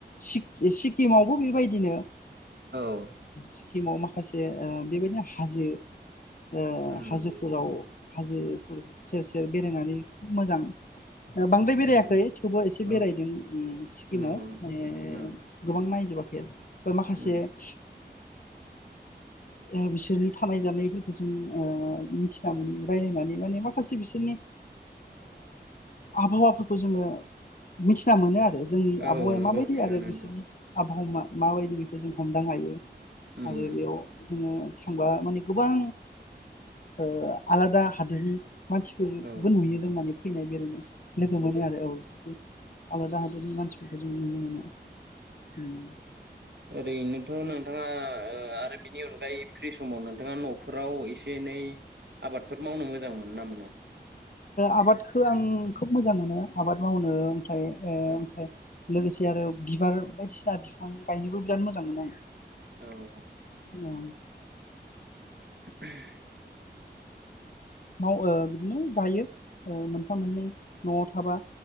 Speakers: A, on the left; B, on the right.
A: सिक सिक्किमावबो बेबायदिनो
B: औ
A: स्किमाव माखासे बेबायदिनो हाजो ओ
B: उम
A: हाजोफोराव हाजोफोर सेर सेर बेरायनानै मोजां बांद्राय
B: उम
A: बेरायाखै थेवबो एसे
B: औ
A: बेरायदों स्किमाव
B: उम
A: माने गोबां <inaudible> बा माखासे
B: उम
A: <inaudible> बिसोरनि थानाय जानायफोर जों ओ मिथिना मोनो रायलायनानै माने माखासे बिसोरनि आबहावाफोरखौ जोंङो मिथिना मोनो आरो जों आबहावाया
B: औ नंगौ
A: माबायदि
B: थिगानो
A: आरो बिसोरनि
B: नोंथां
A: आबहावा मा माबायदि बेखौ जों हमदां हायो
B: उम
A: आरो बेयाव जोंङो थांबा माने गोबां ओ आलादा हादोरनि मानसिफोरबो
B: औ
A: नुयो जों माने फैनाय बेरायनाय लोगो मोनो आरो औ बिसोरखौ आलादा <unintelligible> जों नुनो मोनो <inaudible>
B: ओरैनोथ नोंथांङा आरो बिनि अनगायै फ्रि समाव नोंथांङा नफोराव एसे एनै आबादफोर मावनो मोजां मोनो ना मोना
A: आबादखौ आं खोब मोजां मोनो आबाद मावनो <inaudible>
B: औ
A: लोगोसे आरो बिबार बायदिसिना बिफां गायनोबो बिराद मोजां मोनो आं
B: औ-औ
A: औ
B: <inaudible>
A: माव ओ बिदिनो गायो मोनफा मोननै नआव थाबा